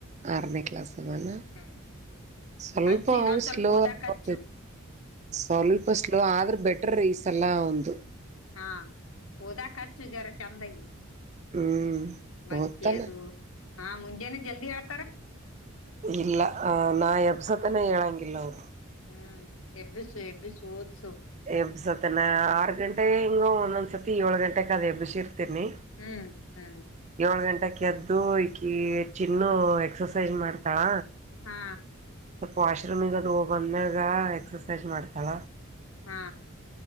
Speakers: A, on the right; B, on the left.
A: ಆರ್ನೇ ಕ್ಲಾಸ್ ಅದನ.
B: ಹ್ಮ್
A: ಸ್ವಲ್ಪ
B: ಹಚ್ಚು ಇನ್ನೊಂದ್
A: ಅವ್ನು
B: ಸ್ವಲ್ಪ
A: ಸ್ಲೋತ
B: ಓದಾಕ್ ಹಚ್ಚು
A: ಸ್ವಲ್ಪ
B: ಹ
A: ಸ್ಲೋ ಆದ್ರ. ಬೆಟರ್ ಈಸಲ ಅವ್ನದು.
B: ಹಾ ಓದಾಕ್ ಖರ್ಚು ಜರ ಚಂದಗೆ.
A: ಹ್ಮ್
B: ಮಗ್ಗಯದು
A: ಓದ್ತಾನ
B: ಆ ಮುಂಜಾನೆ ಜಲ್ದಿ ಏಳ್
A: ಇಲ್ಲ ಅ ನಾ ಎಬ್ಸತನೇ ಹೇಳಂಗಿಲ್ಲ ಅವ್ನು.
B: ಹ್ಮ್ ಎಬಿಸ್ ಎಬಿಸ್ ಒದ್ಸು.
A: ಬ್ ಸತನ ಆರ್ ಗಂಟೆ ಹಿಂಗೂ ಒಂದೊಂದ್ ಸರ್ತಿ ಏಳು ಗಂಟೆಗ್ ಅದ್ ಹೆಬ್ಸೀರ್ ತಿನಿ
B: ಹ್ಮ್ ಹ್ಮ್
A: ಯೋಳ್ ಗಂಟ್ ಕೆದ್ದು ಈಕಿ ಚಿನ್ನು ಎಕ್ಸಸೈಜ್ ಮಾಡ್ತಾಳ.
B: ಹಾ
A: ಸ್ವಲ್ಪ ವಾಶ್ರೂಮಿಗ್ ಅದು ಹೋಗ್ ಬಂದ್ಮ್ಯಾಗ ಎಕ್ಸರ್ಸೈಜ್ ಮಾಡ್ತಾಳ.
B: ಹಾ